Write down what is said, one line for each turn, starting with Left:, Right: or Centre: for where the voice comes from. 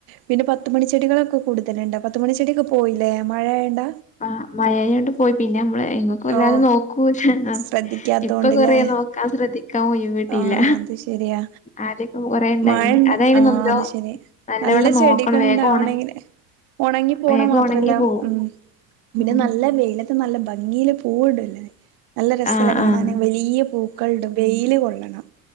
Right: പിന്നെ പത്തുമണി ചെടികളൊക്കെ കൂടുതലുണ്ട് പത്തുമണിചെടിയൊക്കെ പോയിലെ. മഴ ആയോണ്ട
Left: ആഹ് മഴയോണ്ട് പോയി പിന്നെ ഞമ്മള് ഇങ്ങക്കൊല്ലാതും
Right: ഓഹ്
Left: നോക്കൂല്ലെ. ആ
Right: ശ്രദ്ധിക്കാത്തോണ്ട്ല്ലേ
Left: ഇപ്പൊ കൊറേ നോക്കാം ശ്രദ്ധിക്കാം ഒയിവിട്ടീല്ല.
Right: ആഹ് അത് ശരിയാ
Left: ആദ്യൊക്കെ കൊറെണ്ടയിന്.
Right: മഴണ്ട
Left: അതയിന്
Right: ആഹ്
Left: ല്ലോ
Right: അത് ശരി
Left: നല്ലവണ്ണം
Right: നല്ല ചെടികൾ
Left: നോക്കണം. വേഗം
Right: ഉണ്ടാവണെങ്കില്
Left: ഒണങ്ങി.
Right: ഉണങ്ങി പോണ
Left: വേഗം
Right: മാത്രല്ല
Left: ഒണങ്ങി പോവും
Right: ഉം പിന്നെ
Left: ഉം
Right: നല്ല വെയില നല്ല ഭ ഗീല് പൂവ്ട്ലെ നല്ല രസ്സല്ലെ
Left: ആഹ്
Right: കാണാന്.
Left: ആഹ്
Right: വലീയ പൂക്കളുടും വെയീല് കൊള്ളണം